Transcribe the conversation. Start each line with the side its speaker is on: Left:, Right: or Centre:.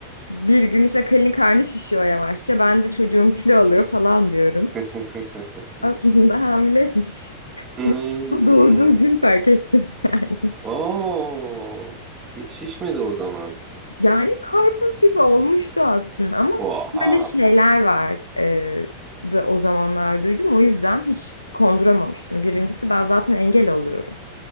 Left: bir gün işte Kalin karnı şişiyor yavaşça. Ben de çocuğum kilo alıyor falan diyorum.
Right: <laughs>
Left: Aslında hamileymiş. <laughs>
Right: Hmm.
Left: Ve Doğurduğu gün fark ettim yani.
Right: Oo, hiç şişmedi o zaman.
Left: Yani karpuz gibi olmuştu aslında ama
Right: Oha.
Left: böyle şeyler var e, da o zamanlar duydum. O yüzden hiç konduramamıştım. Birincisi ben zaten engel oluyorum.